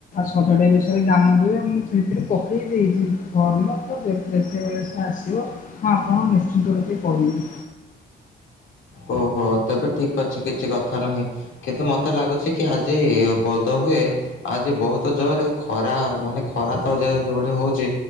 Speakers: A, on the left (about 40°); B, on the left (about 75°).
A: ସଜଡିବା ବିଷୟରେ ଜ୍ଞାନ ଦୁଏ ମୁଁ ସେଥିରେ ପକେଇ ଦେଇଛି। ଫର୍ମ ତ ଯେ ଯେତେବେଳେ ସେ ଆସିବ ହଁ ଆପଣଙ୍କୁ ନିଶ୍ଚିନ୍ତ ରୂପରେ କହିବି।
B: ଓହୋ ତେବେ ଠିକ୍ ଅଛି କିଛି କଥା ନାହିଁ କିନ୍ତୁ ମତେ ଲାଗୁଛି କି ଆଜି ବୋଧ ହୁଏ ଆଜି ବହୁତ ଯୋରରେ ଖରା ମାନେ ଖରା ତ ଯେ ଯୋଭଳି ହୋଉଛି